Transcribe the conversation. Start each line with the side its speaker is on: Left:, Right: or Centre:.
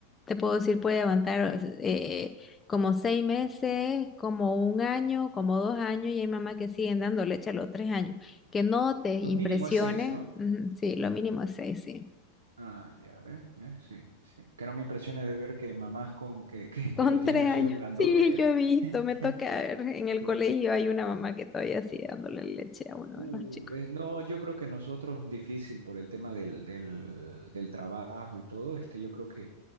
Left: te puedo decir, puede aguantar eh, como seis meses, como un año, como dos años, y hay mamás que siguen dando leche a los tres años. Que no te impresione,
Right: Lo mínimo es seis, ¿no?
Left: ujú, sí, lo mínimo es seis, sí.
Right: Ah, ya ves, ves, sí, sí. Que no me impresione de ver que mamás con que, que,
Left: Con
Right: que lo tienen
Left: tres
Right: a
Left: años,
Right: su hijo grandote
Left: <laughs> sí,
Right: ya.
Left: yo he visto, me
Right: <laughs>
Left: toca ver, en el
Right: Sí.
Left: colegio hay una mamá que todavía sigue dándole leche a uno
Right: Uh,
Left: de los chicos.
Right: ves, no, yo creo que nosotros difícil por el tema del, del, del trabajo y todo, este, yo creo que